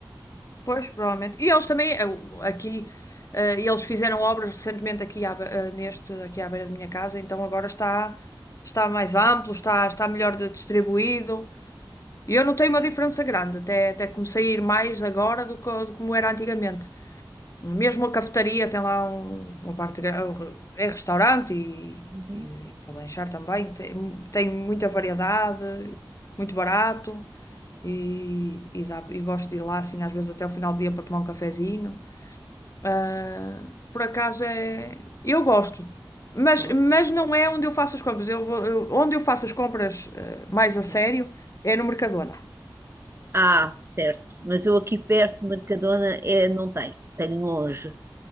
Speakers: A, on the left (about 40°); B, on the right (about 35°).
A: Pois, provavelmente. E eles também, eh, o- aqui, eh, eles fizeram obras recentemente aqui, à, be- eh, neste, aqui à beira da minha casa, então agora está, está mais amplo, está, está melhor de- distribuído. E eu notei uma diferença grande, até, até comecei a ir mais agora do que do como era antigamente. Mesmo a cafetaria tem lá um- uma parte, gra- é restaurante e,
B: Uhum.
A: e, e lanchar também, tem, tem muita variedade, muito barato e, e, dá- e gosto de ir lá assim às vezes até ao final do dia para tomar um cafezinho. Ah, por acaso é, eu gosto. Mas,
B: Ok.
A: mas não é onde eu faço as compras. Eu, vou- eu- onde eu faço as compras, eh, mais a sério
B: sim.
A: é no Mercadona.
B: Ah, certo. Mas eu aqui perto, Mercadona, é, não tem. Tenho longe.